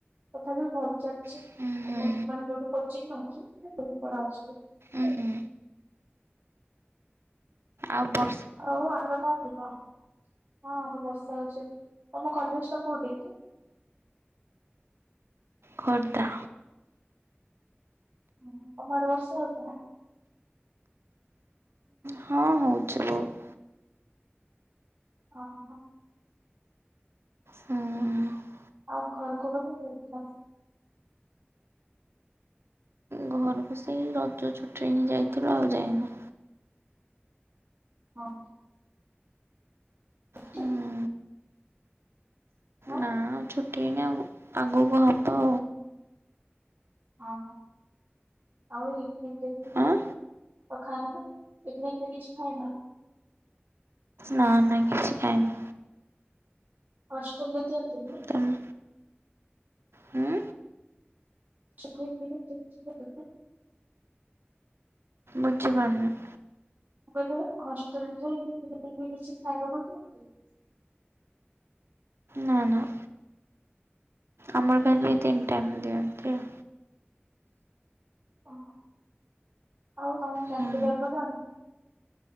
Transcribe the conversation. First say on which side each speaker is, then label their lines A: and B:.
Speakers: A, on the right; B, on the right.
A: ତଥାପି ଭଲ ଚାଲିଚି
B: ଉଁ
A: <inaudible>
B: ହୁଁ
A: ମାନେ ଯୋଉଠୁ କୋଚିଂ ନଉଚି ଭଲ ପଢା ହଉଚି।
B: ଉଁ ହୁଁ ଆଉ ବ
A: ଆଉ ଆପରେ କଣ କହିବ ହଁ ଆମର ବର୍ଷା ହଉଚି ତମ କଲେଜ ଟା କୋଉଠି କି।
B: ଖୋର୍ଦ୍ଧା।
A: ହଁ ତମ ଆଡେ ବର୍ଷା ହଉଚିନା।
B: ହଁ ହଉଛି ବହୁତ।
A: ହଁ ହଁ।
B: ହୁଁ
A: ଆଉ ଘର କେବେ ଯାଇଥିଲ।
B: ଘରକୁ ସେଇ ରଜ ଛୁଟିରେ ହିଁ ଯାଇଥୁଲୁ ଆଉ ଯାଇନୁ।
A: ହଁ। <inaudible>
B: ହୁଁ
A: ଆଁ।
B: ନା ଛୁଟି ହେଇନି ଆଉ ଆଗକୁ ହବ।
A: ଅ ହଁ। ଆଉ ଇଭିନିଗ୍ କିଛି
B: ଆଁ
A: ଖାଅନା ଇଭିନିଗ୍ ରେ କିଛି ଖାଏନା।
B: ନା ନା କିଛି ଖାଇନି।
A: ହଷ୍ଟେଲରେ ଦିଅନ୍ତି ନି।
B: ତମେ ହୁଁ
A: <inaudible>
B: ବୁଝି ପାରୁନି।
A: ମୁଁ କହିଲି ହଷ୍ଟେଲରେ ଇପି ଫିପି କିଛି ଖାଇବାକୁ ଦିଅନ୍ତିନି।
B: ନା ନା। ଆମର ଖାଲି ତିନି ଟାଇମ୍ ଦିଅନ୍ତି ଆଉ।
A: ଅହ ଆଉ ତମ କ୍ୟାସିକାଲ
B: ହୁଁ
A: କରିନାହାନ୍ତି।